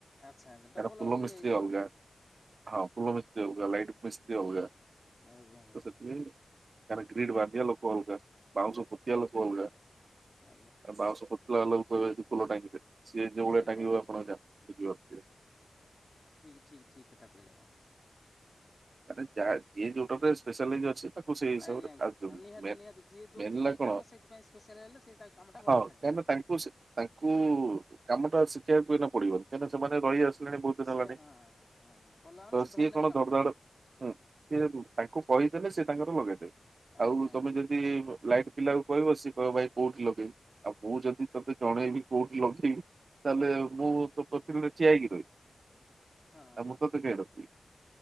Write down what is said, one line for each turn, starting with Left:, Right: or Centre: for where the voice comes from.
Left: ଆଚ୍ଛା ଆଚ୍ଛା ଡବଲ
Right: କାହିଁକି ନା ଫୁଲ
Left: ଇଏ
Right: ମିସ୍ତ୍ରୀ
Left: ହେଇଯିବ
Right: ଅଲଗା।
Left: ଆଉ
Right: ହଁ ଫୁଲୋ ମିସ୍ତ୍ରୀ ଅଲଗା, ଲାଇଟ୍ ମିସ୍ତ୍ରୀ ଅଲଗା ହଁ
Left: ଆଜ୍ଞା ଆଜ୍ଞା
Right: ତ ସେଥିପାଇଁ। ତାର ଗ୍ରୀଡ ବନ୍ଧୀୟା ଲୋକ ଅଲଗା, ବାଉଁଶ ପୋତୀୟା ଅଲଗା।
Left: ଆଜ୍ଞା
Right: ବାଉଁଶ ପୋତିଲାବାଲାକୁ କହିବେ ଫୁଲ ଟାଙ୍ଗିଦେ, ସିଏ ଯୋଉ
Left: ଠିକ
Right: ଭଳିଆ ଟାଙ୍ଗିବ ଆପଣ ଜାଣ ବୁଝିପାରୁଥିବେ
Left: ଠିକ ଠିକ କଥା କହିଲେ ଆପଣ।
Right: ମାନେ ଯାହା ଯିଏ ଯୋଉଟା ସ୍ପେଶାଲଇଂ ଅଛି। ଖୁସି ହିସାବରେ
Left: ଆଜ୍ଞା ଆଜ୍ଞା
Right: ଆଉ
Left: ନିହାତି
Right: ମେନ୍
Left: ନିହାତି ଯିଏ ଯୋଉଥିପାଇଁ
Right: ହେଲା କଣ
Left: କାମ ସେଇଥିପାଇଁ ସ୍ପେଶାଲ ହେଲେ ସେ ତା କାମଟା ଭଲ
Right: ହଁ
Left: ଦେଖାଯିବ।
Right: କାହିଁନା ତାଙ୍କ ତାଙ୍କୁ ତାଙ୍କୁ କାମଟା ଶିଖେଇବାକୁ ଏଇନା ପଡିବନି କାହିଁକିନା ସେମାନେ ରହିଆସିଥିବେ। ବହୁ ଦିନ ବହୁତ ଦିନ
Left: ସିଏ
Right: ହେଲାଣି
Left: ହଁ ହଁ କଲା ମାନେ
Right: ତ
Left: ସେ
Right: ସିଏ
Left: ଧରି ନେବେ
Right: କଣ
Left: କାମଟାକୁ
Right: ଧଡ୍ ଧାଡ ହୁଁ ସେ ତାଙ୍କୁ କହିଦେଲେ ସେ ତାଙ୍କର ଲଗେଇଦେବେ
Left: ଆଜ୍ଞା
Right: ଆଉ
Left: ଆଜ୍ଞା।
Right: ତମେ ଯଦି ଲାଇଟ୍ ପିଲା କୁ କହିବ ସିଏ କହିବ ଭାଇ କୋଉଠି ଲଗେଇବି? ଆଉ ମୁଁ ଯଦି ତତେ ଜଣେଇବି କୋଉଠି ଲଗେଇବୁ ତାହେଲେ ମୁଁ ତ ପ୍ରତିଦିନ ଠିଆ ହେଇକି ରହିବି
Left: ହଁ
Right: ଆଉ ମୁଁ ତୋତେ କାଇଁ ରଖିବି?